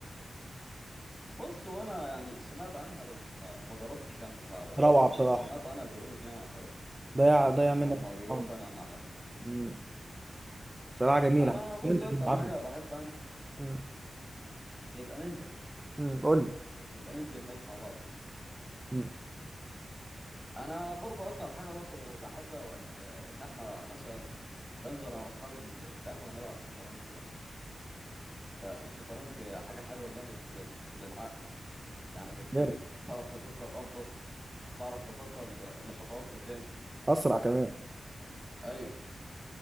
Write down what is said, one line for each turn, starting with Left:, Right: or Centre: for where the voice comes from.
Centre: بص وانا يعني سمعت عنها بس ما ما جربتش يعني إن أنا العبها
Right: روعه
Centre: بس
Right: بصراحه
Centre: سمعت عنها بيقولوا انها حلوه
Right: ضيع ضيع منك
Centre: ما هم بيقولوا
Right: عمر.
Centre: فعلا انها حلوه
Right: أمم. بصراحه جميله
Centre: انا بص
Right: ننزل
Centre: اكتر
Right: نلعبها
Centre: حاجه بحب انا
Right: أمم.
Centre: نبقى ننزل
Right: أمم. قول لي
Centre: نبقى ننزل ماشي مع بعض
Right: أمم.
Centre: انا برضو اكتر حاجه برضو بحبها وال... ان احنا مثلا بنزل انا واصحابي ال- القهوه نلعب شطرنج مثلا فالشطرنج حاجه حلوه جامد لل... للعقل يعني بتخليك
Right: غير
Centre: تعرف تفكر افضل تعرف تفكر لخطوات قدام
Right: اسرع كمان
Centre: ايوه